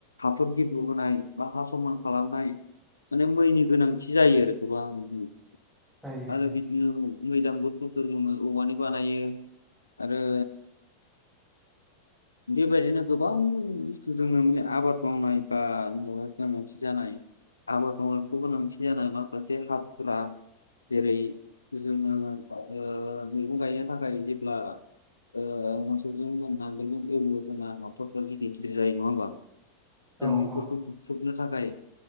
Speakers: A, on the left; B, in the centre.
A: र गितु होनाय बा हा समान खालामनाय माने मैनि गोनांथि जायो आरो बेहा आं बुं
B: जायो
A: आरो
B: जायो
A: बिदिनो मैदाम गुस्थुफोर जङो औवानि बानायो आरो बेबायदिनो गोबां बुस्थुजोंनो आबाद गावनाय बा दगायफ मोनसे जानाय आबाद मावखौ गोनांथि जानाय माखासे हाथुरा जेरै जोंना मैगं गायनो थाखाय जेब्ला ओ मोसौजों जों नांगालजों एवो नफखि जथिलि जायो नङ बा
B: औ
A: जों बेफोरखौ
B: औ
A: देख्रुबनो थाखाय